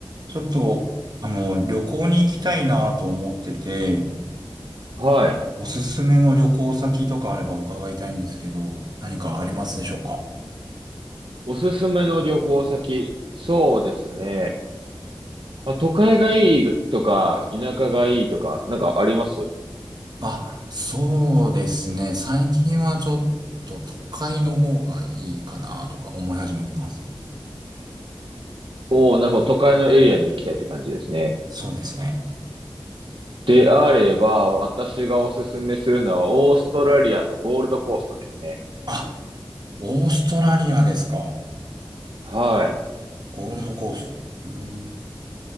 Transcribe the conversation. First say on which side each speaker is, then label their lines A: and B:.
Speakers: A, on the right; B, on the right.
A: ちょっと、あの、旅行に行きたいなと思ってて、
B: はい。
A: おすすめの旅行先とかあれば伺いたいんですけど、何かありますでしょうか
B: おすすめの旅行先。そうですね。まあ、都会がいいとか、田舎がいいとか、なんかあります
A: あ、そうですね。最近はちょっと都会の方がいいかなとか思い始めてます。
B: おー、なるほど。都会のエリアに行きたいって感じですね。
A: そうですね。
B: であれば、私がおすすめするのは、オーストラリアのゴールドコーストですね。
A: あ、オーストラリアですか。
B: はい。
A: ゴールドコースト。うーん。